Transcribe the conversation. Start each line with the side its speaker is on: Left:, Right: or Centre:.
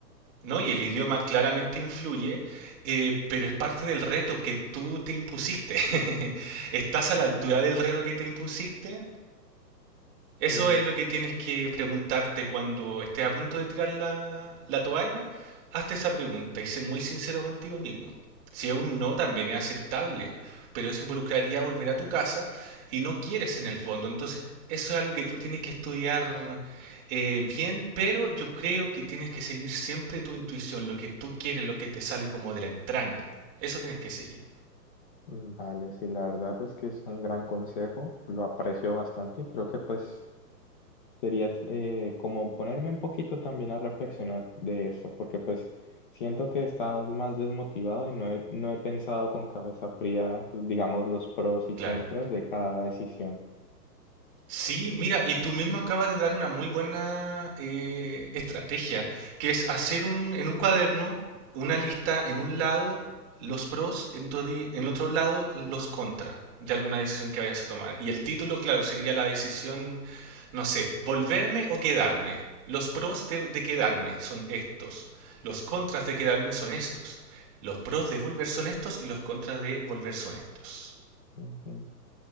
Right: ¿No? Y el idioma claramente influye, eh, pero es parte del reto que tú te impusiste. <laughs> ¿Estás a la altura del reto que te impusiste? Eso
Left: Mm,
Right: es lo que tienes que preguntarte cuando estés a punto de tirar la, la toalla. Hazte esa pregunta y sé muy sincero contigo mismo. Si es un no, también es aceptable, pero eso involucraría volver a tu casa y no quieres en el fondo. Entonces, eso es algo que tú tienes que estudiar eh, bien, pero yo creo que tienes que seguir siempre tu intuición, lo que tú quieres, lo que te sale como de la entraña. Eso tienes que seguir,
Left: mm, Vale, sí, la verdad es que es un gran consejo, lo aprecio bastante y creo que pues sería eh, como ponerme un poquito también a reflexionar de eso, porque pues siento que he estado más desmotivado y no he, no he pensado con cabeza fría, digamos, los pros y
Right: claro.
Left: contras de cada decisión.
Right: Sí, mira, y tú mismo acabas de dar una muy buena eh, estrategia, que es hacer un, en un cuaderno una lista en un lado, los pros, en otro, di- en otro lado, los contra de alguna decisión que vayas a tomar. Y el título, claro, sería la decisión, no sé, volverme o quedarme. Los pros de, de quedarme son estos, los contras de quedarme son estos, los pros de volver son estos y los contras de volver son estos.
Left: Ujú.